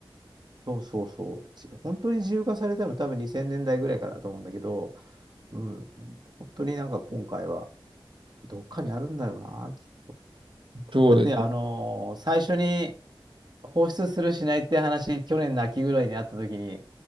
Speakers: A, on the right; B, on the right.
A: そうそうそう。じ本当に自由化されたの多分2000年代ぐらいからだと思うんだけど、うん、本当になんか今回はどっかにあるんだよな、きっと。
B: そうですね。
A: だって、あのー最初に放出するしないって話、去年の秋ぐらいにあった時に、